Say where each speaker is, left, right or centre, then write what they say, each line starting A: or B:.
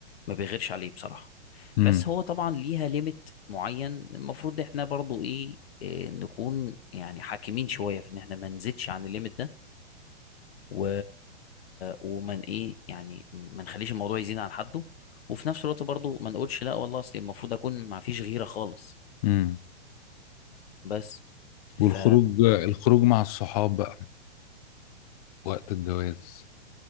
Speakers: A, on the left (about 60°); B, on the left (about 35°).
A: ما بيغيرش عليه بصراحة
B: امم
A: بس هو طبعا ليها ليميت معين المفروض احنا برضو ايه إيه، نكون يعني حاكمين شوية في ان احنا ما نزيدش عن الليميت ده و... ومن ايه يعني ما نخليش الموضوع يزيد عن حده وفي نفس الوقت برضو ما نقولش لا والله اصل المفروض اكون ما فيش غيرة خالص
B: امم
A: بس ف
B: والخروج الخروج مع الصحاب بقى وقت الجواز